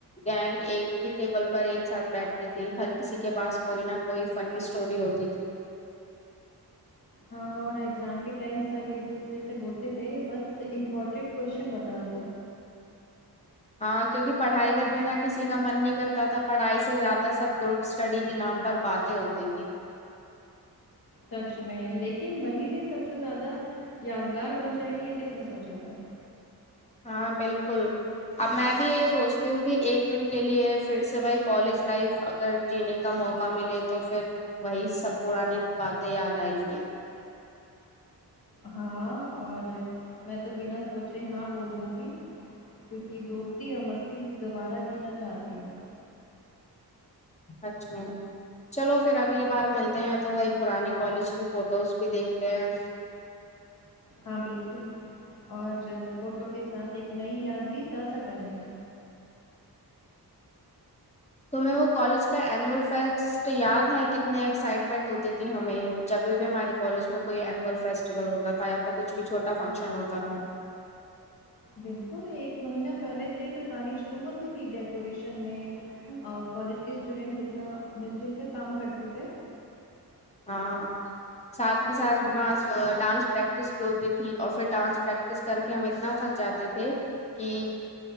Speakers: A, on the left; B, on the left.
A: گینگ ایک ہی ٹیبل پر ایک ساتھ بیٹھتی تھی دن بھر کسی کے پاس کوئی نہ کوئی فنی اسٹوری ہوتی تھی
B: ہاں اور ایگزام کے ٹائم سب ایک دوسرے سے بولتے تھے بس امپورٹنٹ کوشچن بتا بتا دو
A: ہاں کیوںکہ پڑھائی کرنے کا کسی کا من نہیں کرتا تھا پڑھائی سے زیادہ سب کو اسٹڈی کے نام پر باتیں ہوتی تھی
B: سچ میں لیکن وہی دن سب سے زیادہ یادگار بن جائیں گی یہ کس نے سوچا تھا
A: ہاں بلکل اب میں بھی یہی سوچتی ہوں کہ ایک دن کے لیے پھر سے وہی کالج لائف اگر جینے کا موقع ملے تو فھر وہی سب پرانی باتیں یاد آئیں گی
B: ہاں اور میں تو بنا سوچے ہاں بول دوں گی کیوںکہ دوستی اور مستی دوبارہ جینا چاہتی ہوں
A: سچ میں چلو فھر اگلی بار ملتے ہیں تو وہی پرانی کالج کی فوٹوز بھی دیکھتے ہیں
B: ہاں بلکل اور فوٹو کے ساتھ ایک نئی یاد بھی تازہ کریں گے
A: تو میں وہ کالج کا اینول فیکس کچھ تو یاد ہے کتنی ایکسائٹمنٹ ہوتی تھی ہمیں جب بھی بھی ہمارے کالج میں کوئی اینوول فیسٹیول ہو تا تھا یا پھر کچھ کچھ چھوٹا فنکشن ہوتا تھا
B: بلکل ایک مہینہ پہلے سے ہی تو پرانی شروع ہوتی تھی ڈیکوریشن میں اور کالج کے اسٹوڈینٹ کتنا مل جل کے کام کرتے تھے
A: ہاں ساتھ کے ساتھ اپنہ ڈانس پریکٹس بولتی تھی اور فھر ڈانس پریک ٹس کر کے ہم اتنا تھک جاتے تھے کی